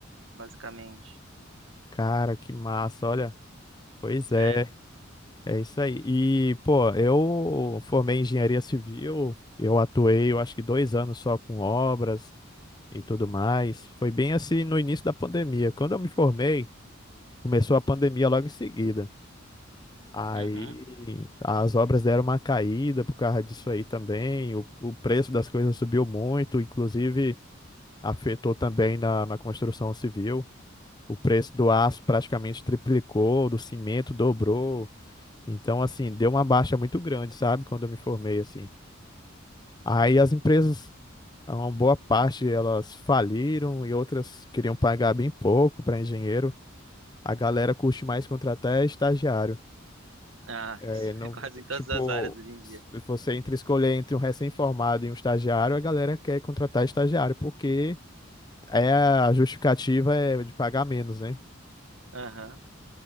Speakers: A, on the right (about 80°); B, on the left (about 20°).
A: basicamente.
B: Cara, que massa, olha. Pois é.
A: É.
B: É isso aí. E, pô, eu formei em engenharia civil, eu atuei, eu acho que dois anos só com obras e tudo mais. Foi bem assim no início da pandemia. Quando eu me formei, começou a pandemia logo em seguida. Aí
A: Uhum.
B: as obras deram uma caída por causa disso aí também. O, o preço das coisas subiu muito, inclusive afetou também na, na construção civil. O preço do aço praticamente triplicou, do cimento dobrou. Então, assim, deu uma baixa muito grande, sabe? Quando eu me formei, assim. Aí as empresas, ah, uma boa parte elas faliram e outras queriam pagar bem pouco para engenheiro. A galera curte mais contratar é estagiário.
A: Ah,
B: É,
A: isso <laughs>
B: não,
A: é quase em todas
B: tipo,
A: as áreas hoje em dia.
B: se você entre escolher entre um recém-formado e um estagiário, a galera quer contratar estagiário, porque é a justificativa é de pagar menos, né?
A: Aham.